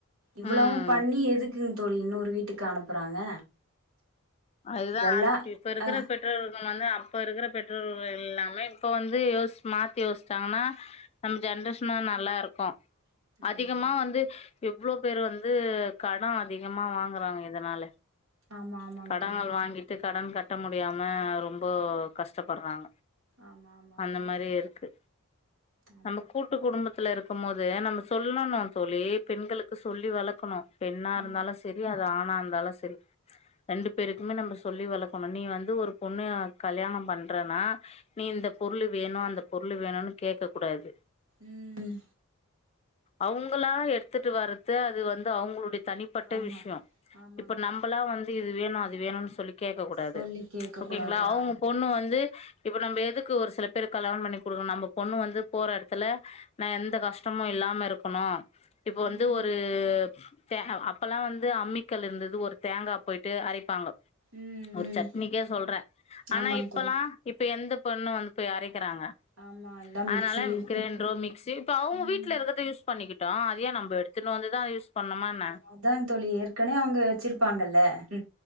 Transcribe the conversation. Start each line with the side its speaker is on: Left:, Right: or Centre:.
Right: இவ்வளவும்
Left: ம்
Right: பண்ணி எதுக் ம் தோழி இன்னொரு வீட்டுக்கு அனுப்புறாங்க
Left: அதுதான்
Right: இதெல்லா
Left: இப்ப இருக்கிற
Right: அ
Left: பெற்றோர்கம் வந்து அப்ப இருக்கிற பெ ட்ரொர்கல் எல்லாமே இப்ப வந்து யோச மாத்தி யோசிச்சாங்கன்னா நம்ம
Right: ஆமாங்
Left: ஜென்ரேஷனு நல்லா இருக் கும்
Right: தோழி ஆமா
Left: அதிகமா
Right: ஆமாங்
Left: வந்து எவ்வளோ பேரு வந்து கடோ அதிகமா வாங்குறாங்க இதனால
Right: ஆமா ஆமாங்
Left: கடோகள்
Right: தோழி
Left: வாங்கிட்டு கடன் கட்ட முடியாம ரொம்ப கஷ்டப்படுறாங்க
Right: ஆமா ஆமாங்
Left: அந்த
Right: தோழி
Left: மாரி இருக்கு
Right: ஆமா
Left: நம்ம கூட்டு குடும்பத் துல இருக்கும் மோது நம்ம சொல்லணும் தோழி பெண்களுக்கு சொல்லி வளக்கணும் பெண்ணா
Right: ம்
Left: இருந்தாலு செரி அது ஆணா இருந்தாலு செரி ரெண்டு பேருக்குமே நம்ப சொல்லி வளக்கணு நீ வந்து ஒரு பொண்ணு கல்யாணோ பண்றனா நீ இந்த பொ பொருளு வேணு அந்த பொருளு வேணுன்னு கேக்க கூடாது
Right: ம் ம்
Left: அவுங்களா எடுத்துட்டு வர்றது அது வந்து அவுங்களுடைய தனிப்பட்ட
Right: ஆமா
Left: விஷயோ
Right: ஆமாங்
Left: இப்ப
Right: தோழி
Left: நம்பலா வந்து இது வேணு அது வேணுன்னு சொல்லி கேக்க கூடாது
Right: சொல்லி கேக்க
Left: ஓகேங்ளா
Right: கூடாது
Left: அவுங்க
Right: அ
Left: பொண்ணு வந்து இப்ப நம்ம எதுக்கு ஒரு சில பேரு கல்யாணோ பண்ணி குடுக்கணு நம்ப பொண்ணு வந்து போற எடத்துல ன எந்த கஷ்டமு இல்லாம இருக்கணு இப்போ
Right: ம்
Left: வந்து
Right: ம்
Left: ஒரு தே அப்பல்லா வந்து அம்மிக்கல்லு இருந்துது ஒரு தேங்கா போயிட்டு அரைப்பாங்கோ
Right: ம்
Left: ஒரு
Right: ம்
Left: சட்னிக்கே சொல்றே ஆனா
Right: ஆமாங்
Left: இப்பல்லா
Right: தோழி
Left: இப்ப எந்த பொண்ணு வந்துப் போய் அரைக் இருக்குறாங்க
Right: ஆமா எல்லா
Left: அதனால
Right: மிக்சி இருக்கு
Left: கிரைண்டரோ மிக்சி இப்ப அவுங்க
Right: ம்
Left: வீட்டுல இருக்குறத யூஸ் பண்ணிக்கிட் ட்டோ அதையே நம்ப எடுத்துட்டு வந்துதா யூஸ் பண்ணுமா
Right: அத
Left: என்ன
Right: அதா தோழி ஏற்கனவே அவுங்க வச்சுருப்பாங்கல்ல ங்க